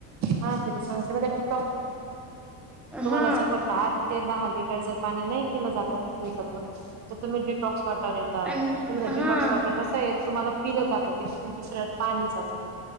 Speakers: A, on the right; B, in the centre.
A: हा तेथ सांगायच
B: हा
A: <unintelligible> ते दहा लिटर जर पाणी नाही केलं जात असेल दिवसातून तर तुम्ही डी टॉक्स वॉटर येतात
B: आणि
A: पण हे डिटॉक्स
B: हा
A: वॉटर कसंय तुम्हाला पिलं जातं. <unintelligible> शरीरात पाणी जात ते.